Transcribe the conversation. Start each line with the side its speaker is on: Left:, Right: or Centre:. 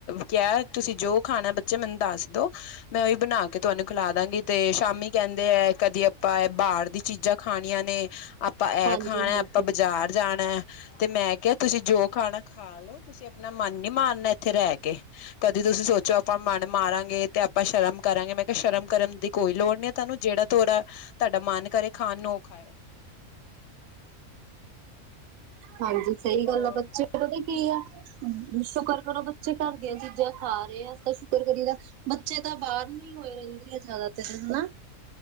Left: ਕੇਆ ਤੁਸੀਂ ਜੋ ਖਾਨਾ ਬੱਚੇ ਮੈਨੂੰ ਦੱਸ ਦੋ। ਮੈਂ ਓਈ ਬਨਾ ਕੇ ਤੁਆਨੂੰ ਖਿਲਾ ਦਾਂਗੀ ਤੇ ਸ਼ਾਮੀ ਕੈਂਦੇ ਐ ਕਦੇ ਆਪਾਂ ਐ ਬਾਰ ਦੀ ਚੀਜ਼ਾਂ ਖਾਨੀਆਂ ਨੇ ਆਪਾਂ ਐ
Right: ਹਾਂਜੀ
Left: ਖਾਣਾ
Right: ਹਾਂਜੀ
Left: ਆਪਾਂ ਬਾਜ਼ਾਰ ਜਾਣਾ ਐ। ਤੇ ਮੈਂ ਕੇਆ ਤੁਸੀਂ ਜੋ ਖਾਣਾ ਖਾ ਲੋ ਤੁਸੀਂ ਅਪਨਾ ਮਨ ਨੀ ਮਾਰਨਾ ਏਥੇ ਰੈ ਕੇ ਕਦੇ ਤੁਸੀਂ ਸੋਚੋ ਆਪਾਂ ਮਨ ਮਾਰਾਂਗੇ ਤੇ ਆਪਾਂ ਸ਼ਰਮ ਕਰਾਂਗੇ ਮੈਂ ਸ਼ਰਮ ਕਰਮ ਦੀ ਕੋਈ ਲੋੜ ਨੀ ਐ ਤੁਆਨੂੰ ਜੇੜਾ ਤੋੜਾ ਤੁਆਡਾ ਮਨ ਕਰੇ ਖਾਣ ਨੂੰ ਓ ਖਾਓ
Right: ਹਾਂਜੀ ਸਈ
Left: ਖਾਓ
Right: ਗੱਲ ਆ, ਬੱਚੇ ਪਤਾ ਕੀ ਆ ਹੂੰ, ਸ਼ੁਕਰ ਕਰੋ ਬੱਚੇ ਘਰ ਦੀਆਂ ਚੀਜ਼ਾਂ ਖਾ ਰੇ ਆ ਤਾਂ ਸ਼ੁਕਰ ਕਰੀ ਦਾ ਬੱਚੇ ਤਾਂ ਬਾਰ ਨੂੰ ਹੀ ਹੋਏ ਰੈਂਦੇ ਆ ਜ਼ਿਆਦਾਤਰ ਹਨਾ